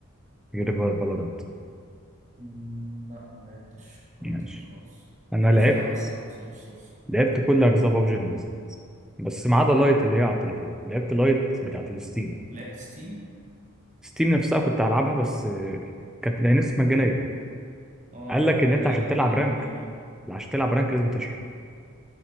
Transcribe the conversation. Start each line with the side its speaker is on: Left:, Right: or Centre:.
Centre: غير فالورانت
Right: مم، لا ما لعبتش كول
Centre: ماشي
Right: اوف ديوتي خالص
Centre: انا
Right: كان نفسي
Centre: لعبت
Right: العبها الصراحه بس ما جبتش سورس
Centre: لعبت كل اجزاء بابجي اللي نزلت بس ما عدا لايت اللي هي على التليفون لعبت لايت بتاعت الستيم
Right: لعبت ستيم
Centre: ستيم نفسها كنت هلعبها بس آه، كانت لها نسخة مجانية
Right: اه
Centre: قال لك ان
Right: انا
Centre: انت
Right: لعبتها
Centre: عشان تلعب رانك
Right: جيمين
Centre: لا، عشان تلعب رانك لازم تشحن